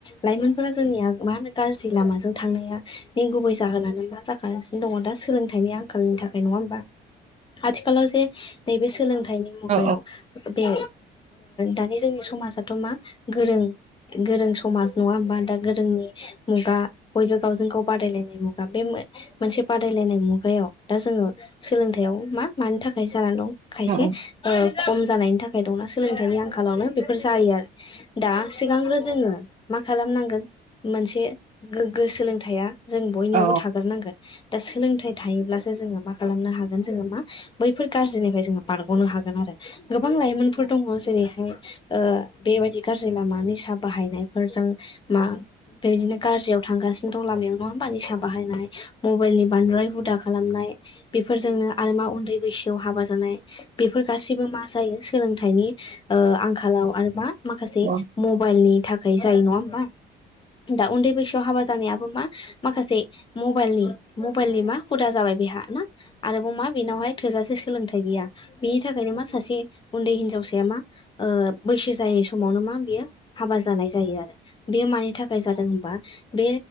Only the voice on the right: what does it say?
अ
अ
अ
अ